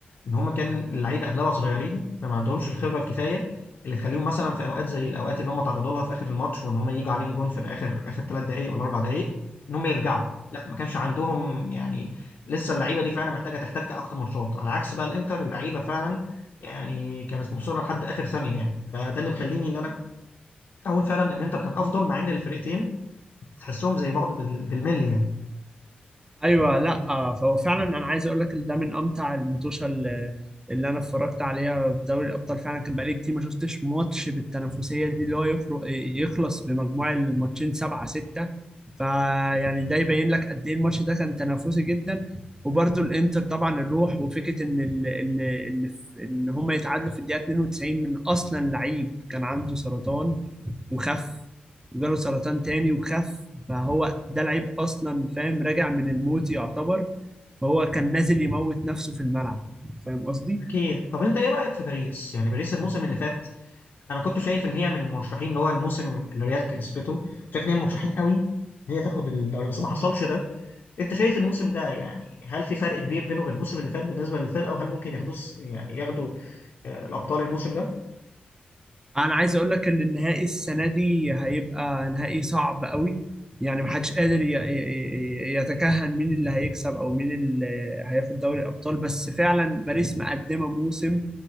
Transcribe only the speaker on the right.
ايوه لا آه، فهو فعلا انا عايز اقول لك ان ده من امتع المطوشه اللي, اللي انا اتفرجت عليها في دوري الابطال فعلا كان بقالي كتير ما شفتش ماتش بالتنافسيه دي اللي هو يخرج يخلص بمجموع الماتشين سبعة ستة فيعني ده يبين لك قد ايه الماتش ده كان تنافسي جدا وبرده الانتر طبعا الروح وفكره ان ال... ان ان ان هم يتعادلوا في الدقيقه 92 من اصلا لعيب كان عنده سرطان وخف وجاله سرطان تاني وخف فهو ده العيب اصلا فاهم راجع من الموت يعتبر فهو كان نازل يموت نفسه في الملعب فاهم قصدي
انا عايز اقول لك ان النهائي السنه دي هيبقى نهائي صعب قوي يعني محدش قادر ي- ي- ي- يتكهن مين اللي هيكسب او مين اللي هياخد دوري الابطال بس فعلا باريس مقدمه موسم